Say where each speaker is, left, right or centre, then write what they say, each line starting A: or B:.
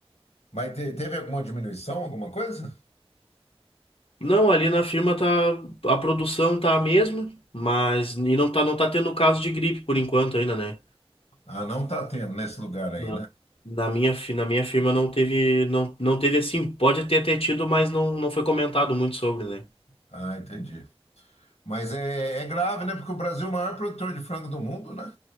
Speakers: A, on the left (about 85°); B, on the left (about 65°).
A: Mas te- teve alguma diminuição, alguma coisa?
B: Não, ali na firma tá, a produção tá a mesma, mas e não tá, não tá tendo caso de gripe por enquanto ainda, né?
A: Ah, não tá tendo nesse lugar aí,
B: Na
A: né?
B: na minha, fi- na minha firma não teve, não, não teve assim, pode ter, ter tido, mas não, não foi comentado muito sobre, né?
A: Ah, entendi. Mas é, é grave, né? Porque o Brasil é o maior produtor de frango do mundo, né?